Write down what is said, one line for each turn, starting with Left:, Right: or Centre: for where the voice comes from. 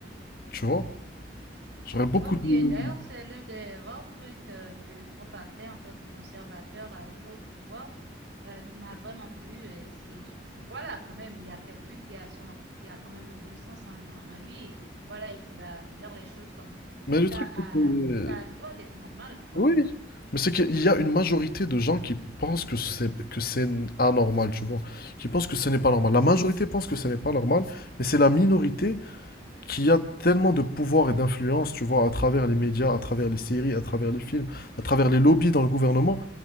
Left: Tu vois? J'aurais beaucoup
Right: Oh oui,
Left: de...
Right: et d'ailleurs, c'est l'un des rares trucs euh, que Trump a fait en tant que conservateur arrivé au pouvoir euh, qui m'a vraiment plu. euh, C'est, je dis, voilà, quand même, il y a quelqu'un qui a son, qui a quand même le bon sens en, en- en lui et voilà, il va faire les choses comme
Left: Mais
Right: ça.
Left: le truc,
Right: ah,
Left: c'est que-
Right: ça doit être normal, quoi.
Left: Oui, mais c'est qu'il y a une majorité de gens qui pensent que c'est que c'est anormal, tu vois, qui pensent que ce n'est pas normal. La majorité pense que ce n'est pas normal, mais c'est la minorité qui a tellement de pouvoir et d'influence, tu vois, à travers les médias, à travers les séries, à travers les films, à travers les lobbies dans le gouvernement.